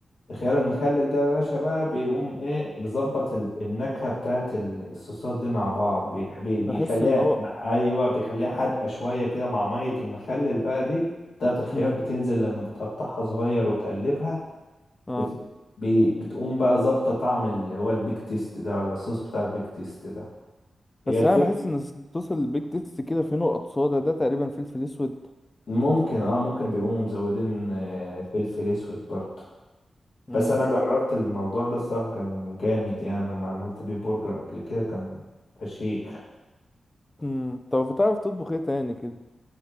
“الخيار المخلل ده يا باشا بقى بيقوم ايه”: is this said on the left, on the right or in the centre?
Left